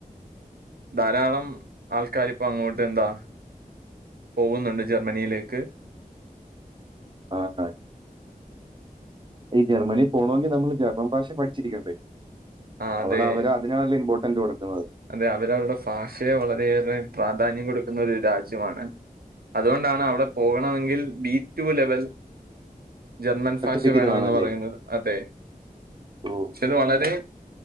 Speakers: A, on the right (about 85°); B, on the right (about 30°).
A: ധാരാളം ആൾക്കാരിപ്പം അങ്ങോട്ടെന്താ പോകുന്നുണ്ട് ജർമ്മനിയിലേക്ക്
B: ആഹ് ആഹ് ഈ ജർമ്മനി പോണോങ്കി നമ്മള് ജർമ്മൻ ഫാഷ പഠിച്ചിരിക്കണ്ടേ
A: ആ അതെ
B: അവിടെ അവര് അതിനാണല്ലോ ഇമ്പോർട്ടന്റ് കൊടുക്കുന്നത്.
A: അതെ അവര് അവര്ടെ ഫാഷയെ വളരെയേറെ പ്രാധാന്യം കൊടുക്കുന്നൊരു രാജ്യമാണ്. അത്കൊണ്ടാണ് അവടെ പോവണമെങ്കിൽ ബി ടു ലെവൽ ജർമ്മൻ
B: സർട്ടിഫിക്കറ്റ്
A: ഫാഷ വേണമെന്ന്
B: വേണമല്ലേ
A: പറയുന്നത് അതെ
B: ഓ
A: ഇത് വളരെ